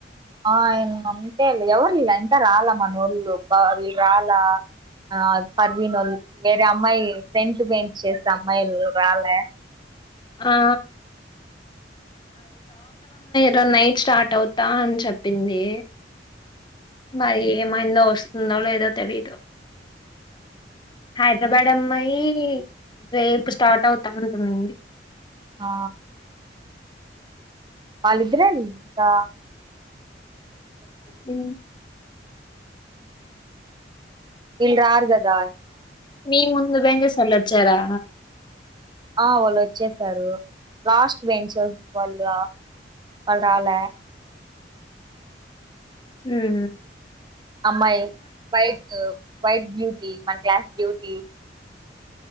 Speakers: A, on the right; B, on the left.
A: ఆ ఇంగ అంతేలే ఎవర్లా ఇంకా రాల మనోళ్ళు బా వి రాల ఆ పర్వీనోళ్ వేరే అమ్మాయి ఫ్రెంట్ బెంచేసే చేసే అమ్మాయిలు రాలే.
B: ఆ ట నైట్ స్టార్ట్ అవుతా అని చెప్పింది. మరి ఏమైందో వస్తుందో లేదో తెలియదు హైదరాబాడ్ అమ్మాయి రేపు స్టార్ట్ అవుతా అనింది
A: ఆ వాళ్ళిద్రే గా
B: ఉ
A: ఇళ్ రారు గదా
B: మీ ముందు బెంచేసొళ్ళు వచ్చారా
A: ఆ వాళ్ళు వచ్చేసారు లాస్ట్ బెంచర్స్ వాళ్ళు వాల్ రాలే
B: మ్మ్
A: అమ్మాయి వైట్ వైట్ బ్యూటీ మన క్లాస్ బ్యూటీ